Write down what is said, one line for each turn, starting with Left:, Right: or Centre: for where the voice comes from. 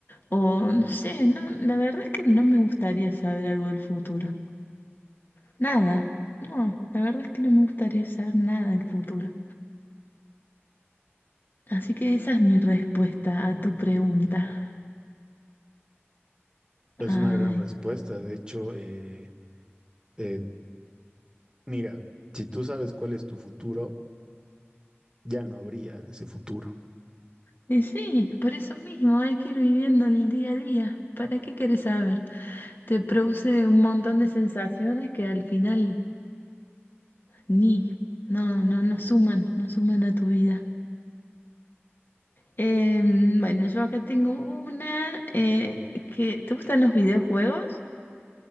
Left: O no sé, no, la verdad es que no me gustaría saber algo del futuro. Nada. No, la verdad es que no me gustaría saber nada del futuro. Así que esa es mi respuesta a tu pregunta.
Right: Es
Left: Ay,
Right: una gran respuesta. De hecho, eh, eh, mira, si tú sabes cuál es tu futuro, ya no habría ese futuro.
Left: y sí, por eso mismo hay que ir viviendo el día a día. ¿Para qué quieres saber? Te produce un montón de sensaciones que al final Ni, no, no, no suman, no suman a tu vida. Em, bueno, yo acá tengo una eh, que... ¿Te gustan los videojuegos?